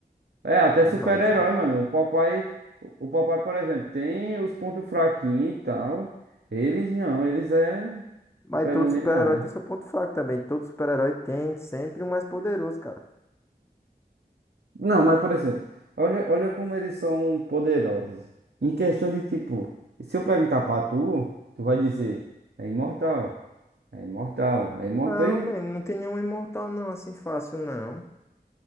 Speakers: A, on the right; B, on the left.
A: É, até
B: Demais,
A: super-herói,
B: né?
A: mano. O papai, o o papai, por exemplo, tem os pontos fraquinhos e tal. Eles não, eles é
B: Mas
A: apelão
B: todo
A: demais.
B: super-herói tem seu ponto fraco também. Todo super-herói tem sempre um mais poderoso, cara.
A: Não, mas por exemplo, olha, olha como eles são poderosos. Em questão de tipo, se eu perguntar pra tu, tu vai dizer, é imortal, é imortal, é imortal
B: Não,
A: e
B: mano, não tem nenhum imortal, não, assim fácil, não.